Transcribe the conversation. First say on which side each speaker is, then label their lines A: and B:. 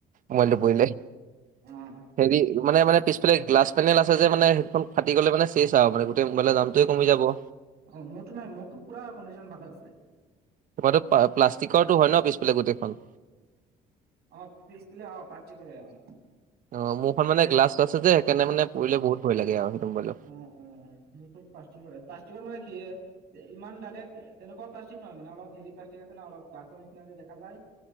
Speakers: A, on the right (about 50°); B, on the right (about 70°).
A: মোবাইলটো পৰিলে।
B: উম।
A: হেৰি মানে-মানে পিছালে গ্লাছ পেনে আছে যে মানে সেইখন ফাটি গ'লে মানে চেচ আৰু মানে গোটেই মোবাইলৰ দামটোৱে কমি যাব।
B: অহ, মোৰটো নাই। মোৰটো পুৰা কণ্ডিচন ভাল আছে।
A: তোমাৰটো প্লাষ্টিকৰটো হয় ন' পিছফেলে গোটেইখন।
B: অহ, পিছফালে অহ, প্লাষ্টিকৰেই অহ।
A: অহ, মোৰখন মানে গ্লাছ আছে যে সেইকাৰণে মানে পৰিলে বহুত ভয় লাগে সেইটো মোবাইলৰ।
B: উম', উম'। মোৰো প্লষ্টিকৰে, প্লষ্টিকৰ মানে কি ইমান ডাইৰেক্ট তেনেকুৱা প্লাষ্টিক নহয় মানে অলপ হেৰি প্লষ্টিক আছে ন' অলপ গ্লাছৰ নিচিনা যে দেখা যায়।